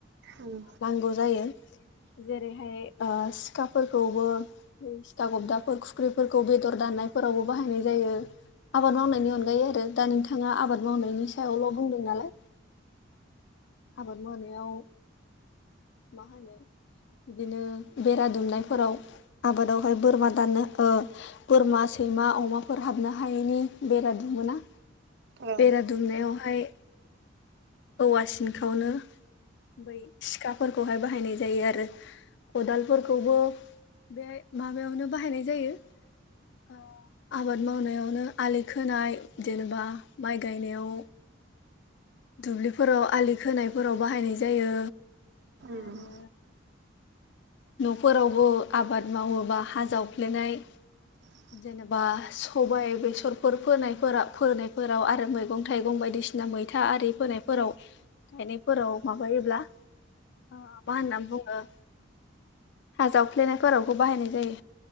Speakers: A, on the right; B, on the left.
A: उम
B: नांगौ जायो जेरैहाय ओ सिखा फोरखौबो सिथा गब्दा फोर खुख्रि फोरखौ बेदर दाननाय फोरावबो बाहायनाय जायो। आबाद मावनायनि अनगायै आरो दा नोंथाङा आबाद मावनायनि सायावल' बुंदों नालाय। आबाद मावनायाव मा होनो बिदिनो बेरा दुमनाय फोराव। आबादाव हाय बोरमा दाननो ओ बोरमा सैमा अमाफोर हाबनो हायैनि बेरा दुमोना।
A: औ
B: बेरा दुमनायाव हाय औवा सिनखौनो बै सिखा फोरखौहाय बाहायनाय जायो आरो। खदाल फोरखौबो बे माबायावनो बाहायनाय जायो। आ आबाद मावनायावनो आलि खोनाय जेनेबा माइ गायनायाव दुब्लि फोराव आलि खोनाय फोराव बाहायनाय जायो।
A: उ <unintelligible>
B: आरो न'फोरावबो आबाद मावोबा हा जावफ्लेनाय
A: <unintelligible>
B: जेनेबा सबाइ बेसरफोर फोनाय फोरा फोनाय फोराव आरो मैगं थाइगं बायदिसि ना मैथा आरि फोनाय फोराव गायनाय फोराव माबायोब्ला आ मा होननानै बुङो हा जावफ्लेनाय फोरावबो बाहायनाय जायो।